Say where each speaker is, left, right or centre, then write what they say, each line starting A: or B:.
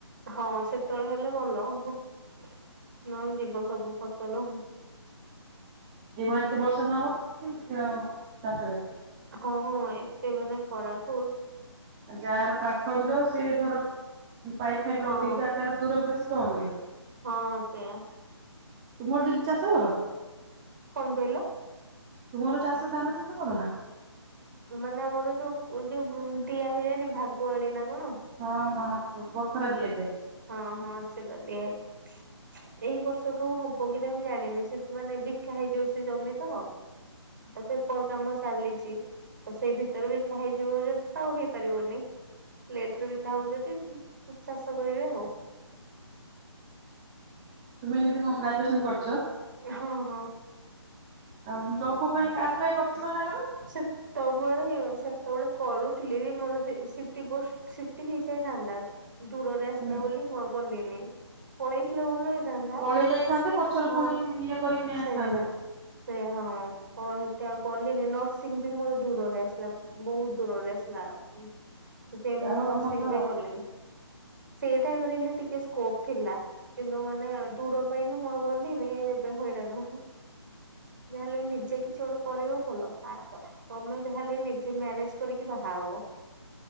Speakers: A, on the right; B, on the right.
A: ହଁ ସେତେବେଳେ ହେଲେ ଭଲ ନହେଲେ ଯିବ ସବୁ ଫସଲ।
B: ଏଇଭଳିଆ ତ ବର୍ଷା ନ ହବ ଲୋକ କେମିତି ଆଉ ଚାଷ କରିବେ?
A: ହଁ- ହଁ ଏତେ ମାନେ ଖରା କୁ
B: ଆ -ଯାର ପାଖ ବିଲ ସିଏ ଧର ପାଇପ୍ ଫାଇପ୍
A: ହଁ
B: ଲଗେଇକି ଆ ଯାହାର ତୁରନ୍ତ ସେ କଣ କରିବ।
A: ହଁ ସେଇୟା
B: ତୁମର ଦିଦି ଚାଷ କର?
A: କଣ କହିଲ
B: ତୁମର ଚାଷ ଧାନ ଚାଷ କରନା?
A: ମାନେ ଆମର ଯୋଉ ଯୋଉ ଦିଆ ହେଇଯାଏନି ଭାଗୁଆଳି ନା କଣ?
B: ହଁ ହଁ ବଖରା ଦିଆଯାଏ।
A: ହଁ ହଁ ସେଟା ଦିଆ ହେଇଚି। ଏଇ ବର୍ଷ ଠୁ ହବ କି ନାହିଁ ମୁଁ ଜାଣିନି ସେ ମାନେ ବିକା ହେଇଯିବ ସେ ଜମି ତ। ତ ପେପର୍ କାମ ଚାଲିଚି। ତ ସେଇ ଭିତରେ ବିକା ହେଇଯିବ ଯଦି ଆଉ ହେଇପାରିବନି ଲେଟ୍ ରେ ବିକା ହବ ଯଦି ସେ ଚାଷ କରିବେ ଆଉ।
B: ତୁମେ ଦିଦି କଣ୍ ଗ୍ରାଜୁଏସନ କରିଚ?
A: ହଁ ହଁ।
B: ଆଉ ଜବ୍ ଫବ୍ ପାଇଁ ଆପ୍ଲାଏ କରିଥିଲ ନା କେବେ?
A: ସେତବେଳେ ସେତବେଳେ କରୁଥିଲି ମୋର ସେ ସିଟି ପୋଷ୍ଟ୍ ସେଠି ହେଇଯାଇଥାନ୍ତା ଦୂରରେ ଆସିଲା
B: ହୁଁ।
A: ବୋଲି ମୁଁ ଆଉ ଗଲିନି ପଳେଇଥିଲେ ଭଲ ହେଇଥାନ୍ତା
B: ପଳେଇ ଯାଇଥାନ୍ତେ ପଛରେ
A: ହଁ
B: ପୁଣି
A: ମ
B: ଇଏ କରିକି ନେଇ ଆସିଥାନ୍ତେ।
A: ସେଇଆ ସେ ହଁ କଣ ଅ ହେତି ଆଉ ଗଲିନି ନ ସିଂ ବି ମୋର ଦୂରରେ ଆସିଲା ବହୁତ ଦୂରରେ ଆସିଲା ନର୍ସିଙ୍ଗ
B: ଯାହା ହଉ ତୁମର ତ
A: ବି ଗଲିନି ସେଇ ଟାଇମ ରେ ହେଲେ ଟିକେ ସ୍କୋପ ଥିଲା। କିନ୍ତୁ ମାନେ ଦୂର ପାଇଁ କି ଆଉ ମୁଁ ଗଲିନି ଏବେ ହଇରାଣ ଊଂହୁଁ ଯାହା ହେଲେ ବି ନିଜେ କିଛି ଗୋଟେ କରିବ ଭଲ ଆ ତ ତମେ ଯାହାେଲେ ନିଜେ ମ୍ୟାରେଜ କରିକି ବାହା ହବ